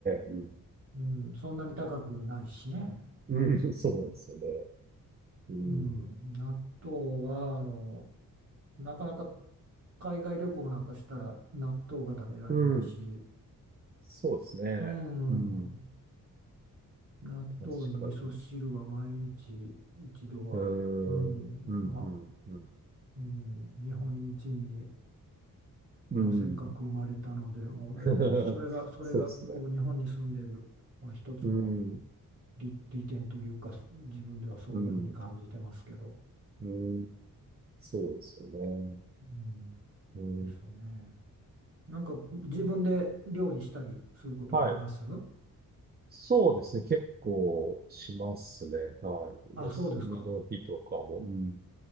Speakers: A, on the right (about 30°); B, on the right (about 45°).
A: ね。
B: うん、そんなに高くないしね。
A: うん。うん、そうなんですよね。うん。
B: うん、納豆は、あの、なかなか海外旅行なんかしたら納豆が食べられないし、
A: うん。そうですね。
B: うん、
A: うん。
B: 納豆に味噌汁は毎日一度は、
A: 確かに。うー
B: うん、
A: ん。うん、
B: まあ、
A: うん、うん。
B: うん、日本人に
A: うん。
B: まあ、せっかく生まれたので、もう、
A: <laughs>
B: まあ、それが、それがこう日本に住んでる、
A: そうですね。
B: まあ、一つの
A: うん、
B: 利、利点というか、自分ではそういうふうに感じてますけど、
A: うん、うん、そうですよね。
B: うん、
A: うん、
B: ですよね。なんか自分で料理したりすることはあります
A: はい。そうですね。結構しますね。はい。
B: あ、
A: 休みの日とかも。
B: そうですか。
A: うん。